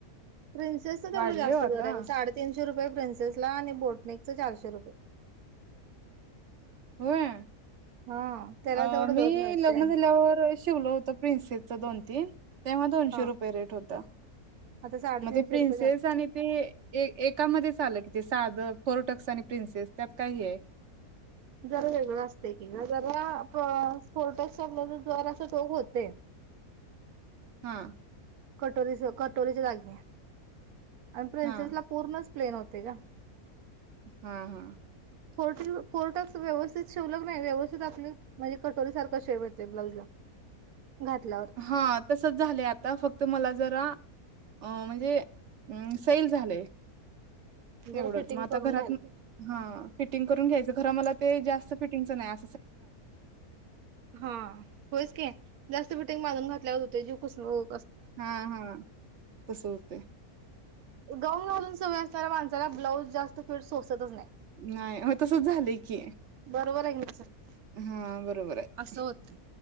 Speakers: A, on the right; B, on the right.
A: प्रिन्सेसच
B: वाढलंय
A: तेवढ जास्त
B: ओ आता
A: दर आहे बघ साडेतीनश शे रुपये प्रिनसेसला आणि बोटनेकच चारशे रुपये
B: होय?
A: हा त्याला
B: अ
A: तेवढं
B: मी
A: दर मिळतोय
B: लग्न
A: आणि
B: झाल्यावर शिवल होतं प्रिन्सेसचं दोन तीन तेव्हा दोनशे
A: हा
B: रुपये रेट होता.
A: आता साडेतीनशे
B: मग ते प्रिनसेस
A: रुपये झाले.
B: आणि ते एकामध्ये चालं कि ते साध फोर्ट. टक्स आणि प्रिन्सेस त्यात काही आहे.
A: जर वेगळं असतंय की गं जरा स्पोट आपलं जर असं टोक होतय
B: हा
A: कटोरीच कटोरीच्या जागी आणि प्रिन्सेसला
B: हा
A: पूर्णच प्लेन होतय ग.
B: हा हा
A: फो फोर टक्स व्यवस्थित शिवल क नई व्यवस्थित आपली म्हणजे कटोरी सारखा शेप येतय ब्लाउजला घातल्यावर
B: हा तसच झालंय आता फक्त मला जरा अ म्हणजे सैल झालंय. तेवढंच
A: जरा फिटिंग
B: मग आता
A: करून
B: घरात
A: घ्यायला पाहिजे.
B: हा फिटिंग करून घ्यायचं आता खरं मला ते जास्त फिटिंग नाही आ
A: हा होयच की जास्त फिटींग बांधून घातल्यावर होतंय जीव कुसव
B: हा हा तस हुतय
A: गाऊन लाजून सय असणाऱ्या माणसाला ब्लाऊज जास्त फिट सोसतच नाही.
B: नाही होय तसच झालंय की
A: रोबर हाय का नई सांग
B: हा बरोबर आहे
A: असं होतंय